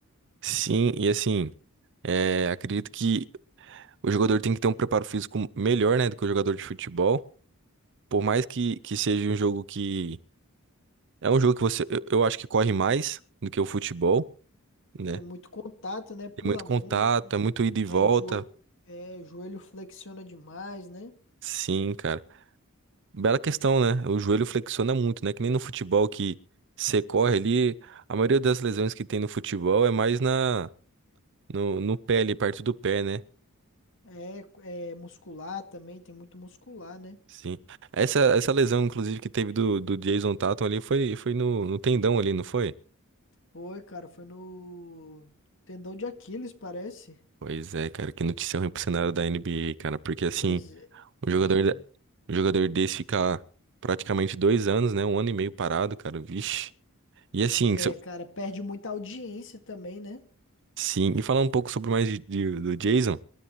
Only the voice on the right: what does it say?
sim, e assim, é, acredito que o jogador tem que ter um preparo físico melhor, né, do que o jogador de futebol. Por mais que, que seja um jogo que. É um jogo que você. Eu, eu acho que corre mais do que o futebol, né?
Tem muito contato,
é muito ida e volta.
Sim, cara. Bela questão, né? O joelho flexiona muito, né? Que nem no futebol que você corre ali. A maioria das lesões que tem no futebol é mais na No, no pé ali, perto do pé, né?
Sim. Essa, essa lesão, inclusive, que teve do, do Jason Tatum ali foi, foi no, no tendão ali, não foi?
Pois é, cara, que notícia ruim pro cenário da NBA, cara. Porque assim,
um jogador,
da- um jogador desse fica praticamente dois anos, né? Um ano e meio parado, cara. Vixe. E assim,
so-
sim, e falar um pouco sobre mais de, de- do Jason,